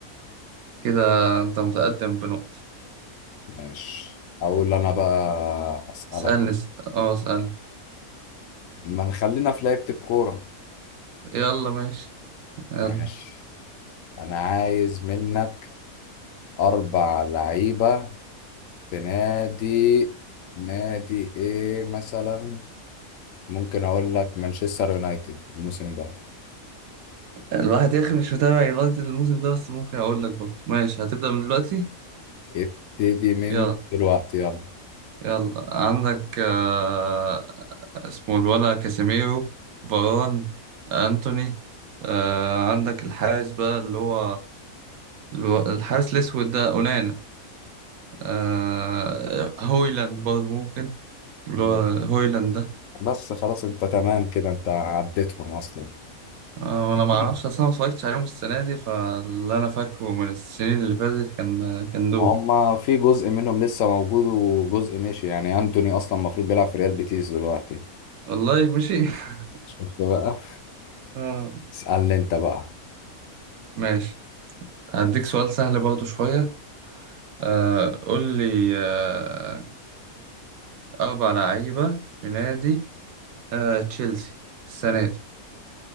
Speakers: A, on the right; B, on the left.
A: كده انت متقدم بنقطة
B: ماشي أقول أنا بقى أسألك
A: اسألني اس- اه اسألني
B: ما نخلينا في لعبة الكورة
A: يلا ماشي يلا
B: ماشي انا عايز منك اربع لعيبة في نادي نادي ايه مثلا ممكن اقول لك مانشستر يونايتد الموسم ده
A: الواحد يا اخي مش متابع يونايتد الموسم ده بس ممكن اقول لك برضه ماشي هتبدأ من دلوقتي
B: ابتدي من
A: يلا
B: دلوقتي يلا
A: يلا عندك آه، اسمه الولا كاسيميرو فاران أنتوني آه، عندك الحارس بقى اللي هو الو- الحارس الأسود ده أونانا آه، هويلاند برضه ممكن اللي
B: مم.
A: هو هويلاند ده
B: بس خلاص انت تمام كده انت عديتهم اصلا
A: آه، وأنا
B: <laughs>
A: معرفش أصلا ما اتفرجتش عليهم السنة دي فاللي أنا فاكره من السنين اللي فاتت كان كان دول
B: هما في جزء منهم لسه موجود وجزء مشي يعني انتوني اصلا المفروض بيلعب في ريال بيتيس دلوقتي
A: والله مشي <laughs>
B: شفت بقى
A: آه،
B: اسألني انت بقى
A: ماشي هديك سؤال سهل برضه شوية آه، قول لي آه، أربع لعيبة في نادي آه تشيلسي السنة دي